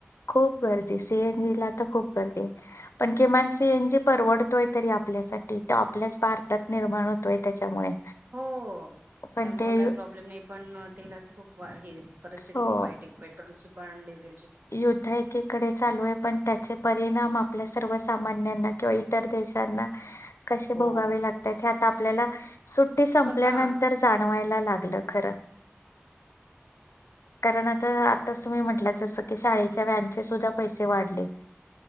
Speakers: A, on the left; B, on the right.
A: खूप गर दी सी एन जी ला तर खप गर्दी पण किमान सी एन जी परवडतोय तरीआपल्यासाठी तो आ पल्याच भारतात निर्माण होतोय त्याच्यामुळे
B: हो
A: पण
B: त्यामुळे
A: ते यु-
B: काही प्रॉब्लेम नाही पण तेलाचा खूप वा हे परिस्थिती
A: हो
B: खूप वाईट आहे पेट्रोलची पण डिझेल
A: युद्ध एकीकडे चालू आहे पण त्याचे प रिणाम आपल्या सर्व सामान्यांना किवा इतर देशांना कशे
B: हो
A: भोगावे लागतात हे आता आपल्याला सुट्टी संपल्यानंतर
B: स्वतः
A: जा णवायला लागलं खरं. कारण आता आताच तुम्ही म्हटला जसं की शाळेच्या व्हॅन चे सुद्धा पैसे वाढले